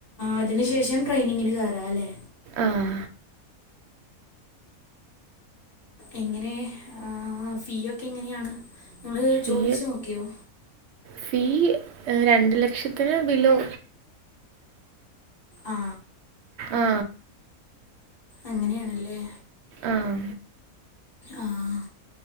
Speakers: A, on the left; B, on the right.
A: അതിനു ശേഷം ട്രെയിനിങ്ങിന് കേറാം അല്ലേ
B: ആഹ്
A: എങ്ങനെ ആ ഫീ ഒക്കെ എങ്ങനെയാണ് നിങ്ങള്
B: ഫീ
A: ചോദിച്ചു നോക്കിയോ
B: ഫീ രണ്ടു ലക്ഷത്തിന് ബിലോ
A: ആ
B: ആ
A: അങ്ങനെയാണല്ലേ
B: ആഹ്
A: ആഹ്